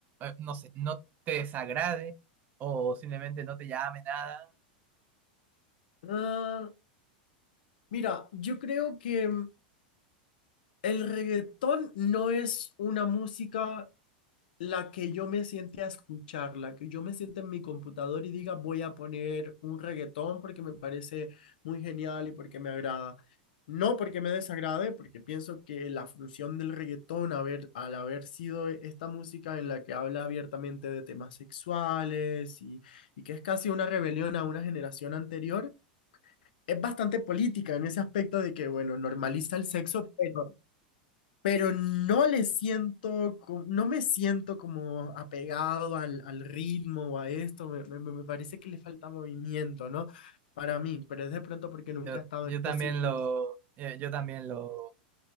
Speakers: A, on the right; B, on the left.
A: no sé, no te desagrade o simplemente no te llame nada?
B: Ah, mira, yo creo que el reggaetón no es una música la que yo me siente a escuchar, la que yo me siente en mi computador y diga voy a poner un reggaetón porque me parece muy genial y porque me agrada. No porque me desagrade, porque pienso que la función del reggaetón haber, al haber sido esta música en la que habla abiertamente de temas sexuales y, y que es casi una rebelión a una generación anterior, es bastante política en ese aspecto de que, bueno, normaliza el sexo, pero pero no le siento, co- no me siento como apegado al, al ritmo o a esto, me, me- me parece que le falta movimiento, ¿no? Para mí, pero es de pronto porque nunca
A: Yo,
B: he estado
A: yo
B: en esos
A: también
B: círculos.
A: lo, eh, yo también lo